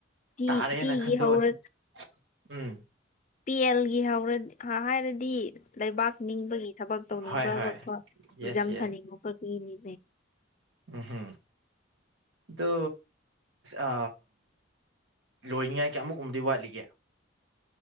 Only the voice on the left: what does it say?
ꯄꯤ
ꯄꯤꯒꯤ
ꯍꯧꯔ
ꯄꯤ ꯑꯦꯜꯒꯤ ꯍꯧꯔꯗꯤ ꯍꯥꯏꯔꯗꯤ ꯂꯩꯕꯥꯛ ꯅꯤꯡꯕꯒꯤ ꯊꯕꯛ ꯇꯧꯅꯤꯡꯕ
ꯈꯣꯠꯄꯆꯝ
ꯐꯅꯤꯡꯕ ꯄꯒꯤꯅꯦ